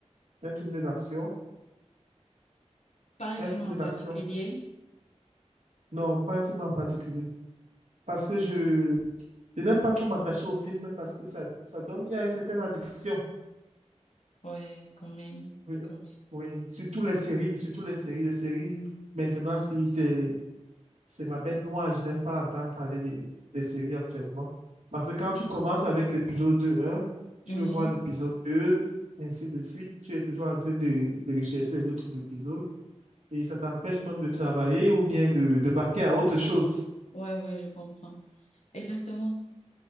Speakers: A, on the right (about 75°); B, on the left (about 65°).
A: Un film d'action.
B: Pas un
A: Un
B: film
A: film
B: en
A: d'action.
B: particulier?
A: Non, pas un film en particulier. Parce que je, je n'aime pas trop m'attacher au film parce que ça, ça donne, il y a une certaine addiction.
B: Ouais, quand même,
A: Oui,
B: quand
A: oui. Surtout les séries, surtout les séries. Les séries, maintenant, si c'est C'est ma bête noire. Je n'aime pas entendre parler des, des séries actuellement. Parce que quand tu commences avec l'épisode un tu
B: même.
A: veux
B: Oui,
A: voir l'épisode deux ainsi de suite. Tu es toujours en train de, de rechercher les autres épisodes. Et ça t'empêche même de travailler ou bien de, de vaquer à autre chose.
B: ouais, ouais, je comprends. Exactement.